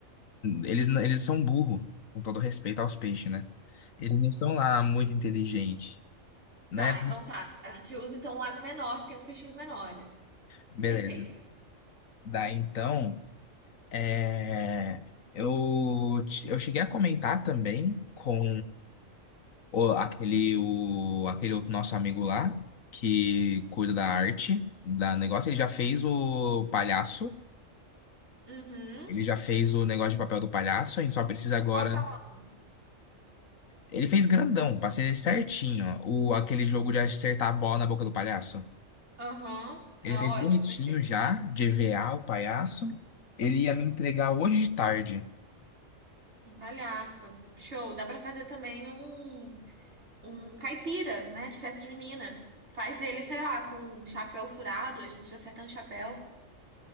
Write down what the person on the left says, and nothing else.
Eles, eles são burro, com todo respeito aos peixes, né? Eles não são lá muito inteligentes, né?
Beleza.
Daí então. É, eu, te- eu cheguei a comentar também com o- aquele, o, aquele outro nosso amigo lá, que cuida da arte, da negócio. Ele já fez o palhaço,
ele já fez o negócio de papel do palhaço, a gente só precisa agora.
Ele fez grandão, pra ser certinho, ó, o, aquele jogo de acertar a bola na boca do palhaço.
Ele
fez bonitinho
já, de EVA o palhaço. Ele ia me entregar hoje de tarde.